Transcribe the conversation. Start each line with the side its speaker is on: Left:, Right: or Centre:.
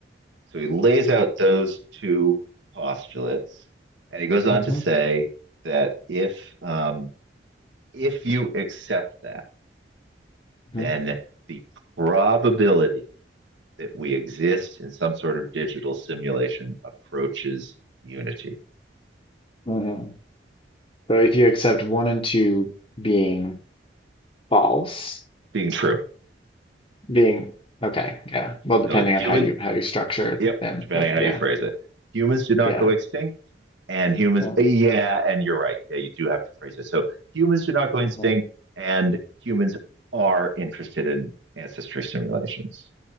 Right: So he lays out those two postulates, and he goes on
Left: mhm,
Right: to say that if um, if you accept that,
Left: mhm,
Right: then the probability that we exist in some sort of digital simulation approaches unity
Left: mhm. So if you accept one and two being false,
Right: being true.
Left: being okay, yeah. Well, depending
Right: So humans,
Left: on how you how you structure
Right: yep,
Left: them,
Right: depending
Left: but
Right: on how
Left: yeah,
Right: you phrase it, humans did not
Left: yeah.
Right: go extinct and humans.
Left: Well,
Right: Yeah, and you're right. Yeah, you do have to phrase it. So humans do not go extinct,
Left: well,
Right: and humans are interested in ancestry simulations,